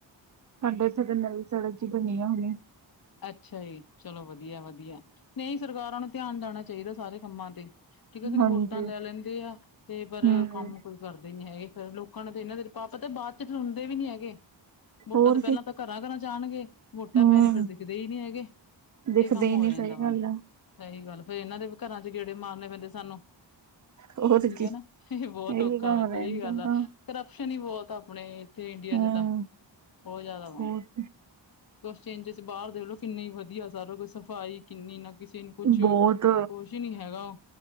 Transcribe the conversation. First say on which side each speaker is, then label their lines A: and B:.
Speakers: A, on the right; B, on the left.
A: ਸਾਡੇ ਇੱਥੇ ਤੇ ਨਵੀਂ ਸੜਕ ਜੀ ਬਣੀ ਆ ਹੁਣੇ।
B: ਅੱਛਾ ਜੀ ਚਲੋ ਵਧੀਆ, ਵਧੀਆ ਨਹੀਂ ਸਰਕਾਰਾਂ ਨੂੰ ਧਿਆਨ ਦੇਣਾ ਚਾਹੀਦਾ ਸਾਰੇ ਕੰਮਾਂ ਤੇ ਠੀਕ ਹੈ ਕਿ ਨਹੀਂ
A: ਹਾਂਜੀ
B: ਵੋਟਾਂ ਲੈ ਲੈਂਦੇ ਆ, ਤੇ ਪਰ
A: ਹੂੰ
B: ਕੰਮ ਕੋਈ ਕਰਦੇ ਨੀ ਹੈਗੇ, ਫੇਰ ਲੋਕਾਂ ਨਾਲ ਤੇ ਇਹਨਾਂ ਤੇ ਸੁਭਾਹ ਤਾਂ ਬਾਅਦ ਚ ਸੁਣਦੇ ਵੀ ਨੀ ਹੈਗੇ। ਵੋਟਾਂ
A: ਹੋਰ
B: ਤੇ ਪਹਿਲਾਂ
A: ਕੀ
B: ਤਾਂ ਘਰਾਂ, ਘਰਾਂ ਜਾਣਗੇ ਵੋਟਾਂ
A: ਹੂੰ
B: ਪੈ ਨ ਫਿਰਦੇ ਨੀ ਹੈਗੇ
A: ਦਿਖਦੇ
B: ਇਹ ਕੰਮ
A: ਹੀ
B: ਹੋ
A: ਨੀ
B: ਜਾਂਦਾ
A: ਸਹੀ
B: ਵਾ।
A: ਗੱਲ ਆ
B: ਸਹੀ ਗੱਲ, ਫੇਰ ਇਹਨਾਂ ਦੇ ਵੀ ਘਰਾਂ ਚ ਗੇੜੇ ਮਾਰਨੇ ਪੈਂਦੇ ਸਾਨੂੰ
A: ਹੋਰ
B: ਠੀਕ
A: ਕੀ
B: ਹੈ ਨਾ, ਇਹ ਬਹੁਤ
A: ਇਹੀ
B: ਔਖਾ
A: ਕੰਮ
B: ਵਾ
A: ਰਹਿੰਦਾ
B: ਸਹੀ ਗੱਲ ਆ
A: ਤਾਂ
B: ਕਰਪਸ਼ਨ ਹੀ ਬਹੁਤ ਆਪਣੇ ਏਥੇ ਇੰਡੀਆ
A: ਹੂੰ
B: ਚ ਤਾਂ ਬਹੁਤ ਜਿਆਦਾ ਵਾ,
A: ਹੋਰ ਕੀ।
B: ਕੁਛ ਚੇਂਜ ਤੇ ਬਾਹਰ ਦੇਖਲੋ ਕਿੰਨੇ ਵਧੀਆ ਸਾਰਾ ਸਫ਼ਾਈ ਕਿੰਨੀ ਨਾ ਕਿਸੇ ਨੂੰ ਕੁਛ,
A: ਬਹੁਤ
B: ਕੋਛ ਹੀ ਨਹੀਂ ਹੈਗਾ।